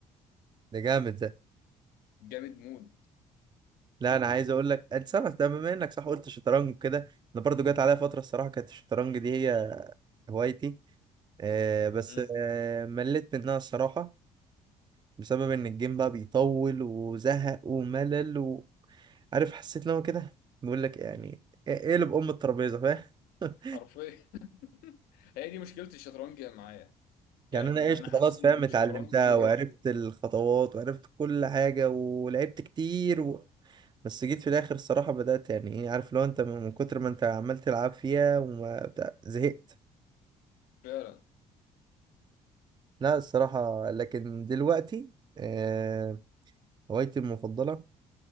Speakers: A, on the right (about 30°); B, on the left (about 80°).
A: ده جامد ده
B: جامد مود
A: لا انا عايز اقول لك اتصرف ده بما انك صح قلت شطرنج كده انا برضو جات عليا فتره الصراحه كانت الشطرنج دي هي هوايتي آه بس
B: مم.
A: آه مليت منها الصراحه بسبب ان الجيم بقى بيطول وزهق وملل وعارف حسيت ان هو كده بيقول لك يعني ايه إيه اللي بأم الترابيزه فاهم <laughs>
B: حرفيا <laughs> هي دي مشكلة الشطرنج معايا
A: يعني
B: يعني
A: انا ايش
B: انا
A: خلاص
B: حاسس
A: فاهم
B: ان الشطرنج
A: اتعلمتها وعرفت الخطوات وعرفت كل حاجه ولعبت كتير و... بس جيت في الاخر الصراحه بدات يعني ايه عارف لو انت من كتر ما انت عمال تلعب فيها وما بتاع زهقت
B: فعلا
A: لا الصراحة لكن دلوقتي آه، هوايتي المفضلة